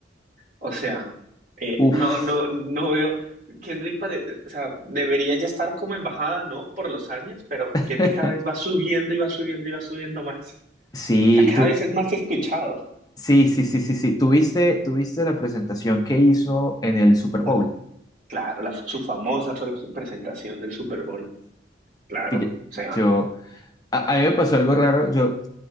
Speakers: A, on the right (about 50°); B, on the left (about 20°).
A: o sea, eh,
B: uf.
A: no, no, no veo. Kendrick pare- o sea, debería ya estar como en bajada, ¿no? Por los años, pero
B: <laughs>
A: Kendrick cada vez va subiendo y va subiendo y va subiendo más.
B: Sí,
A: O sea, cada
B: tú,
A: vez es más escuchado.
B: sí, sí, sí, sí, sí. ¿Tuviste, tuviste la presentación que hizo en el Super
A: La,
B: Bowl?
A: claro, la, su famosa pre- presentación del Super Bowl. Claro,
B: Pille-
A: o sea,
B: Yo, a, a mí me pasó algo raro. Yo,